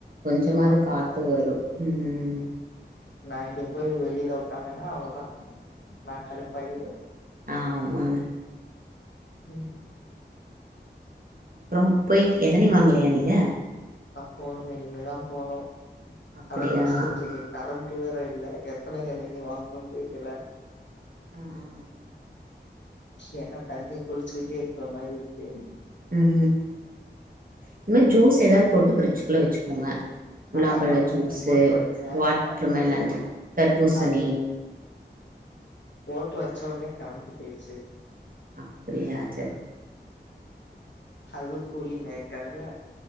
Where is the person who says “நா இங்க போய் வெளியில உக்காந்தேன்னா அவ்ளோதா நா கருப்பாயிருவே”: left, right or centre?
Left